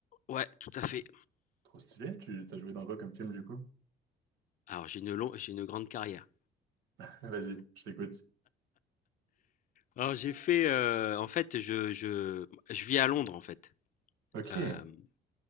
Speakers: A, on the left (about 50°); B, on the right (about 90°).
A: Ouais, tout à fait.
B: Trop stylé, tu t'as joué dans quoi comme film du coup?
A: Alors j'ai une long j'ai une grande carrière.
B: <laughs> Vas-y, je t'écoute.
A: Alors j'ai fait, heu, en fait je je je vis à Londres en fait,
B: Ok.
A: hem